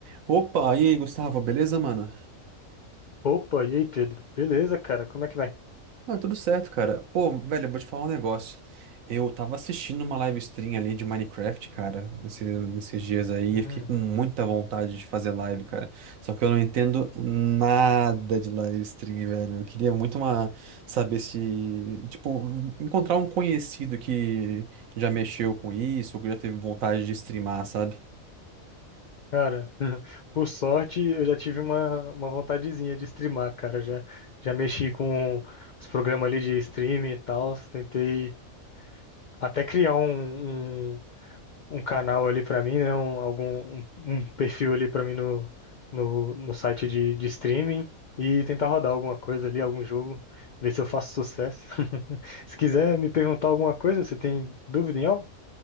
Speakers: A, on the right; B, on the left.
A: Opa, e aí, Gustavo, beleza, mano?
B: Opa, e aí, Pedro? Beleza, cara? Como é que vai?
A: Ah, tudo certo, cara. Pô, velho, eu vou te falar um negócio. Eu tava assistindo uma live stream ali de Minecraft, cara, esse- esses dias aí,
B: Hum,
A: e fiquei com muita vontade de fazer live, cara. Só que eu não entendo nada de live stream, velho. Eu queria muito uma, saber se, tipo, encontrar um conhecido que já mexeu com isso, ou que já teve vontade de streamar, sabe?
B: cara, <laughs> por sorte eu já tive uma, uma vontadezinha de streamar, cara. Já, já mexi com os programas ali de streaming e tal. Tentei até criar um, um, um canal ali pra mim, né? Um, algum, um, um perfil ali pra mim no, no, no site de, de streaming e tentar rodar alguma coisa ali, algum jogo, ver se eu faço sucesso. <laughs> Se quiser me perguntar alguma coisa, você tem dúvida em algo?